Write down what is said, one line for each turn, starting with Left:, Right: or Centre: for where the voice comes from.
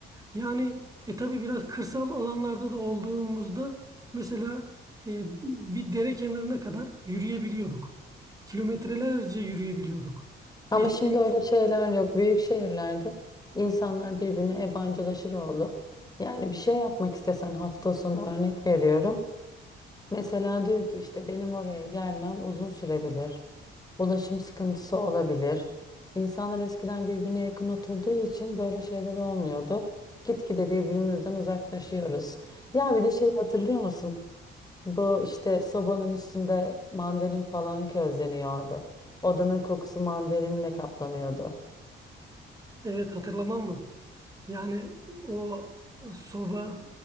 Right: yani e tabii biraz kırsal alanlarda da olduğumuzda mesela e, bir dere kenarına kadar yürüyebiliyorduk. Kilometrelerce yürüyebiliyorduk.
Left: ama
Right: Geçtiğimiz
Left: şimdi öyle şeyler yok. Büyük şehirlerde insanlar birbirine yabancılaşır oldu. Yani bir şey yapmak istesen hafta sonu örnek veriyorum. Mesela diyor ki işte benim oraya gelmem uzun sürebilir. Ulaşım sıkıntısı olabilir. İnsanlar eskiden birbirine yakın oturduğu için böyle şeyler olmuyordu. Gitgide birbirimizden uzaklaşıyoruz. Ya bir de şeyi hatırlıyor musun? Bu işte sobanın üstünde mandalin falan közleniyordu. Odanın kokusu mandalinle kaplanıyordu.
Right: evet hatırlamam mı? Yani o soba